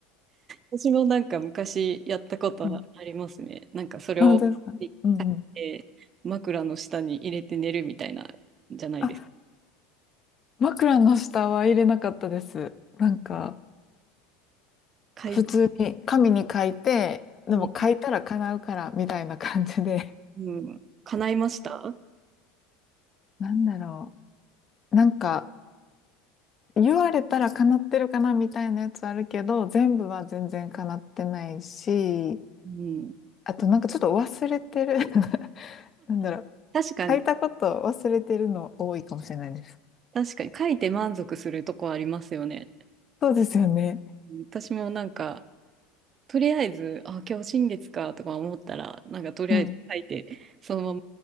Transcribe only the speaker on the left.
うん。
あ、本当ですかうんうん。
あ、枕の下は入れなかったです。なんか、
普通に紙に書いて、でも書いたら叶うから、
みたいな感じで。
なんだろう。なんか、言われたら叶ってるかなみたいなやつあるけど、全部は全然叶ってないし、
あとなんかちょっと忘れてる。<laughs> なんだろう。
書いたこと忘れてるの多いかもしれないです。
そうですよね。
うん。